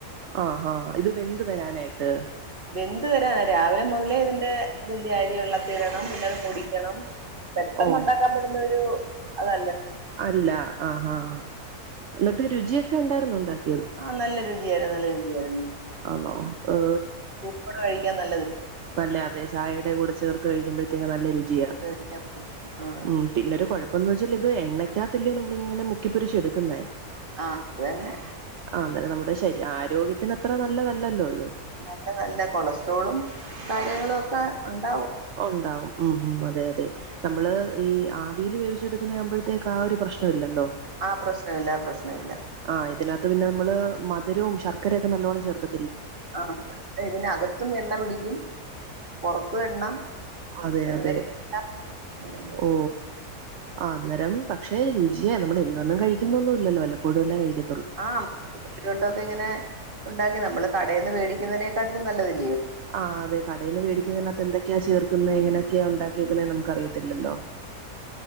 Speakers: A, on the right; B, on the right.
A: ആ ആ ഇത് വെന്ത് വരാനായിട്ട്.
B: വെന്തു വരാനാ രാവിലെ മുതലേ ഇതിന്റെ ഇതില് അരി വെള്ളത്തിലിടണം. പിന്നെ അത് പൊടി ണം. പെട്ടെന്ന്ഉണ്ടാക്കാൻ
A: ഓ
B: പറ്റുന്ന ഒരു അതെ
A: അല്ല. ആ ഹാ ഹാഎന്നി രുചിയൊക്കെ ഉണ്ടായിരുന്നോണ്ടാക്കി
B: ആ നല്ലൊരു യിരുന്നു. നല്ല രുചിആയിരുന്നു.
A: അന്നോ ഏ
B: ഇപ്പംകഴിക്കാൻ ന
A: ല്ലേ അതെ ചായയുടെ കൂടെ ചേർത്ത് കഴിക്കു നല്ല രുചിയാ.
B: ഇത് ആഹ്
A: ഉം പിന്നൊരു കുഴ അപ്പന്ന് വച്ചാൽ ഇത് എണ്ണക്കാത്ത ല്ലിയോ നമ്മളങ്ങനെ മുക്കി പൊരിച്ചെടുക്കുന്നേ.
B: ആഹ് അത് തന്നെ
A: ആ അന്നേരം നമ്മുടെ ശ ആരോഗ്യത്തിന് അത്ര നല്ലതല്ലല്ലോ ഇത്
B: നല്ല നല്ല കൊളസ്ട്രോളും കാര്യങ്ങളൊക്കെ ഉണ്ടാവും
A: ഉണ്ടാവും ഉം ഉംഅതെ അതെ നമ്മള് ഈ ആവിയിൽ വേവി ച്ചെടുക്കുന്ന ആവുമ്പഴത്തേക്ക് ആ ഒരു പ്രശ്നം ഇല്ലല്ലോ
B: ആ പ്രശ്നമില്ല ആ പ്രശ്നമില്ല
A: ആ ഇതിനകത്ത് പിന്നെ നമ്മള് മധുരവും ശർ ശർക്കരൊക്കെ നല്ലോണം ചേർക്ക്
B: ആ ഇതിനകത്തും എണ്ണ പിടിക്കും പുറത്തും എണ്ണ
A: അതെ
B: എണ്ണ
A: അതെ
B: പിടിക്കില്ല. അതെ
A: ഓ ആ അന്നേരം പക്ഷെ രു ചിയാ നമ്മള് എന്നു വെന്നും കഴിക്കുന്നൊന്നുല്ലല്ലോ വല്ലപ്പോഴുവല്ലാ കഴിക്ക
B: ആ ഒരു വട്ടവൊക്കെ ഇങ്ങനെ ഉണ്ടാക്കി നമ്മള് കടേന്ന് വേടിക്കുന്നതിനെ ക്കാ <unintelligible> നല്ലതല്ലേ
A: ആ അതെ കടേന്ന് വേടിക്കുന്നതിനകത്ത് എന്തൊക്കെയാ ചേർക്കുന്നത് എങ്ങനെയൊക്കെയാ ഉണ്ടാക്കിയേക്കുന്നതെന്ന് നമുക്ക് അറിയത്തില്ലല്ലോ